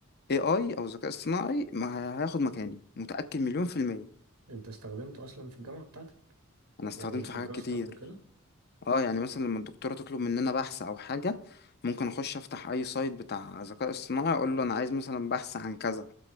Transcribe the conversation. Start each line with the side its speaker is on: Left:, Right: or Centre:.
Left: AI او ذكاء اصطناعي ما هي- هياخد مكاني متاكد مليون في الميه
Right: انت استخدمته اصلا في الجامعة بتاعتك
Left: انا استخدمته
Right: يعني في
Left: في حاجات
Right: دراستك
Left: كتير
Right: وكده
Left: اه يعني مثلا لما الدكتوره تطلب مننا بحث او حاجه ممكن اخش افتح اي سايت بتاع ذكاء اصطناعي اقول له انا عايز مثلا بحث عن كذا